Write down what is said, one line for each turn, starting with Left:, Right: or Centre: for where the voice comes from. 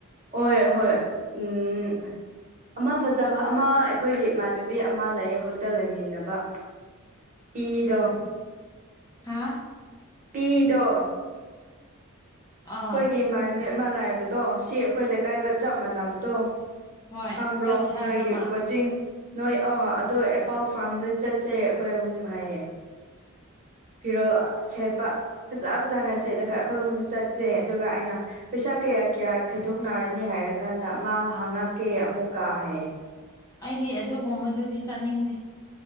Right: ꯍꯣꯏ ꯍꯣꯏ ꯎꯝ ꯑꯃ ꯐꯖꯕ ꯑꯃ ꯑꯩꯈꯣꯏꯒꯤ ꯏꯃꯥꯟꯅꯕꯤ ꯑꯃ ꯂꯩꯌꯦ ꯍꯣꯁꯇꯦꯜ ꯂꯩꯃꯤꯟꯅꯕ ꯄꯤꯗ
Left: ꯍꯥ
Right: ꯤꯗ
Left: ꯑꯥ
Right: ꯑꯩꯈꯣꯏꯒꯤ ꯏꯃꯥꯟꯅꯕꯤ ꯑꯃ ꯂꯥꯛꯏꯕꯗꯣ ꯁꯤ ꯑꯩꯈꯣꯏ ꯂꯩꯀꯥꯏꯒ ꯆꯞ ꯃꯥꯟꯅꯕꯗꯣ
Left: ꯍꯣꯏ
Right: ꯈꯪꯕ꯭ꯔꯣ
Left: ꯆꯠꯁꯤ ꯍꯥꯏꯕ꯭ꯔꯥ
Right: ꯅꯣꯏꯒꯤ
Left: ꯃꯥ
Right: ꯀꯣꯆꯤꯡ ꯅꯣꯏ ꯑꯥ ꯑꯗꯣ ꯑꯦꯄꯥꯜ ꯐꯥꯔꯝꯗ ꯆꯠꯁꯦ ꯑꯩꯈꯣꯏ ꯑꯍꯨꯝ ꯍꯥꯏꯌꯦ ꯐꯤꯔꯣꯜ ꯁꯦꯠꯄ ꯐꯖ ꯐꯖꯅ ꯁꯦꯠꯂꯒ ꯑꯩꯈꯣꯏ ꯑꯍꯨꯝ ꯆꯠꯁꯦ ꯑꯗꯨꯒ ꯑꯩꯅ ꯄꯩꯁꯥ ꯆꯥ ꯀꯌꯥ ꯀꯌꯥ ꯈꯥꯏꯗꯣꯛꯅꯔꯅꯤ ꯍꯥꯏꯔ ꯀꯥꯟꯗ ꯃꯥ ꯍꯪꯉꯛꯀꯦ ꯑꯃꯨꯛꯀ ꯍꯥꯏꯌꯦ
Left: ꯑꯩꯗꯤ ꯑꯗꯨꯒꯨꯝꯕꯗꯨꯗꯤ ꯆꯥꯅꯤꯡꯗꯦ